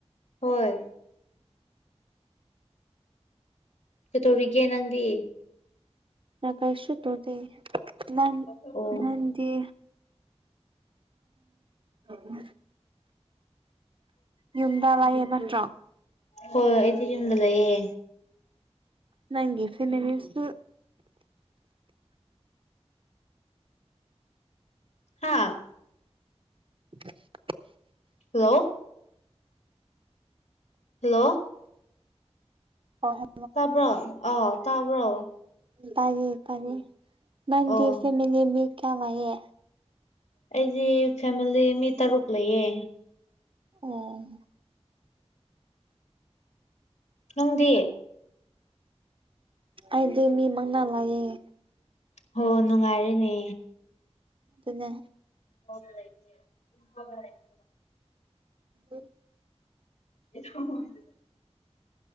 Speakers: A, on the left; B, on the right.
A: ꯍꯣꯏ꯫ ꯀꯩꯗꯧꯔꯤꯒꯦ ꯅꯪꯗꯤ꯫
B: <unintelligible> ꯅꯪ
A: ꯑꯣ
B: ꯅꯪꯗꯤ꯫ ꯎꯝ ꯌꯗ ꯂꯩꯌꯦ ꯅꯠꯇ꯭ꯔꯣ
A: ꯍꯣꯏ ꯑꯩꯗꯤ ꯌꯨꯝꯗ ꯂꯩꯌꯦ
B: ꯅꯪꯒꯤ ꯐꯦꯃꯤꯂꯤꯁꯨ
A: ꯍꯥꯥ
B: <inaudible>
A: ꯍꯜꯂꯣ <inaudible>
B: <inaudible>
A: ꯇꯥꯕ꯭ꯔꯣ ꯑ ꯇꯥꯕ꯭ꯔꯣ
B: ꯇꯌꯦ ꯇꯌꯦ ꯅꯪꯒꯤ
A: ꯑꯣ
B: ꯐꯦꯃꯤꯂꯤ ꯃꯤ ꯀꯌꯥ ꯂꯥꯛꯢ꯫
A: ꯑꯩꯗꯤ ꯐꯦꯃꯤꯂꯤ ꯃꯤ ꯇꯔꯨꯛ ꯂꯩꯌꯦ꯫
B: ꯎꯝ꯫
A: ꯅꯪꯗꯤ꯫
B: ꯑꯩꯗꯤ ꯃꯤ ꯃꯪꯅ ꯂꯩꯌꯦ꯫
A: ꯍꯣ ꯅꯨꯡꯉꯥꯏꯔꯤꯅꯦ꯫
B: ꯑꯗꯨꯅꯦ꯫
A: ꯍꯦ <inaudible>
B: ꯎ ꯎ꯫
A: <unintelligible>